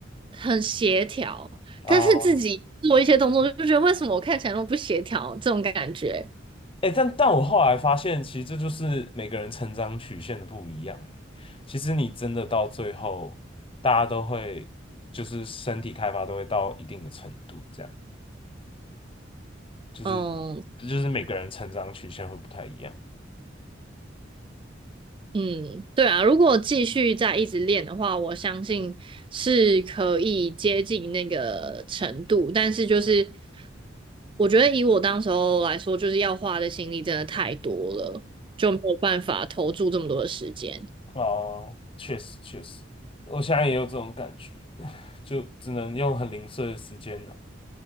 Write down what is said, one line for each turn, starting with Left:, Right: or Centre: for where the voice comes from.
Right: 很协调，
Left: 啊？
Right: 但是自己做一些动作就觉得为什么我看起来那么不协调这种感觉，
Left: 哎、但但我后来发现，其实这就是每个人成长曲线的不一样、欸。其实你真的到最后，大家都会就是身体开发都会到一定的程度，这样就是
Right: 嗯。
Left: 这就是每个人成长曲线会不太一样。
Right: 嗯，对啊，如果继续再一直练的话，我相信是可以接近那个程度。但是就是，我觉得以我当时候来说，就是要花的心力真的太多了，就没有办法投注这么多的时间。
Left: 哦，确实确实，我现在也有这种感觉，<sighs> 就只能用很零碎的时间呢，